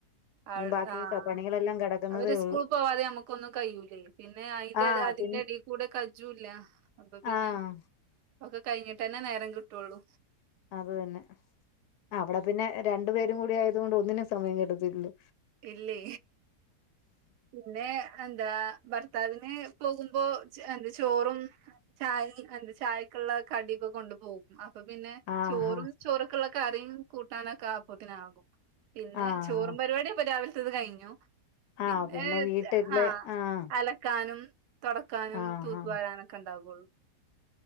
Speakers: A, on the right (about 80°); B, on the left (about 75°).
A: ആഹ്
B: ഇനി ബാക്കി പണികളെല്ലാം കെടക്കുന്നതേ
A: അവര് സ്കൂൾ
B: ഉള്ളൂ
A: പോവാതെ നമുക്കൊന്നും കഴിയൂലേ പിന്നെ അയിന്റെ
B: ആഹ്
A: അതിന്റെടെ
B: പിൻ
A: കൂടെ കജ്ജും ഇല്ല അപ്പൊ പിന്നെ
B: ആഹ്
A: ഒക്കെ കഴിഞ്ഞിട്ട്ന്നെ നേരം കിട്ടൊള്ളൂ
B: അത് തന്നെ അവിടെ പിന്നെ രണ്ടു പേരും കൂടി ആയതു കൊണ്ട് ഒന്നിനും സമയം കിട്ടത്തില്ല ല്ലോ
A: ഇല്ലേ പിന്നെ എന്താ ഭർത്താവിന് പോകുമ്പൊ എന്താ ചോറും ചായ എന്താ ചായക്കുള്ള കടിക്കെ കൊണ്ടു പോകും അപ്പൊ പിന്നെ
B: ആഹ്
A: ചോറും
B: ആഹ്
A: ചോറൊക്കെള്ള കറിയും കൂട്ടാനൊക്കെ അപ്പോത്തിനാകും പിന്നെ
B: ആഹ്
A: ചോറും പരിപാടിയപ്പൊ രാവിലത്തേത് കഴിഞ്ഞു
B: ആഹ്
A: പിന്നെ
B: വീട്ടില്
A: ആ
B: ആഹ്
A: അലക്കാനും തൊടക്കാനും
B: ആഹ്
A: തൂത്തു
B: ആഹ്
A: വാരാനൊക്കെ ഉണ്ടാവുള്ളു